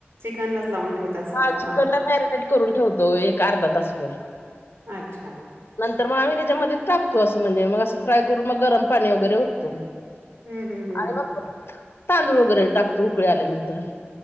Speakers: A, on the right; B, on the left.
A: चिकनलाच लावून ठेवतात सगळं.
B: हा चिकन
A: हां.
B: ला मॅरिनेट करून ठेवतो, एक अर्धा तासभर.
A: अच्छा.
B: तर मग आम्ही त्याच्यामध्ये टाकतो, असं म्हणजे मग असं फ्राय करून मग गरम पाणी वगैरे ओततो.
A: हं, हं, हं.
B: आणि मग तांदूळ वगैरे टाकतो, उकळी आल्यानंतर.